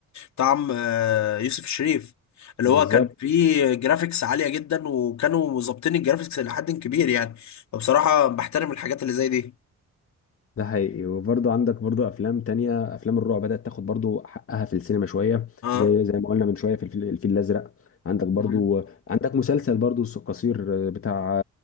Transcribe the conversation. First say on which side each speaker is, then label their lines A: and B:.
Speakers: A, on the left; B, on the left.
A: بتاع عم- آه، يوسف الشريف اللي
B: بالظبط
A: هو كان فيه جرافيكس عالية جدا وكانوا مظبطين الجرافيكس لحد كبير يعني فبصراحة بحترم الحاجات اللي زي دي
B: ده حقيقي وبرضه عندك برضه افلام تانية افلام الرعب بدأت تاخد برضه حقها في السينما شوية
A: اه
B: زي زي ما قلنا من شوية في الفيل الفيل الازرق عندك برضه
A: مم.
B: عندك مسلسل برضه س- قصير بتاع